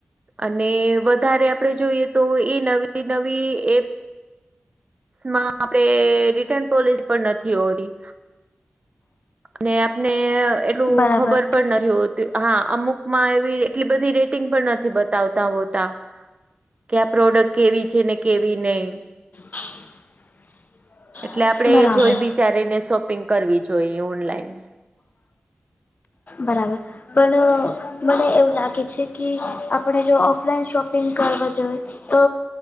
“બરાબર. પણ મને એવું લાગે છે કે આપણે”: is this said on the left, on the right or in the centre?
Left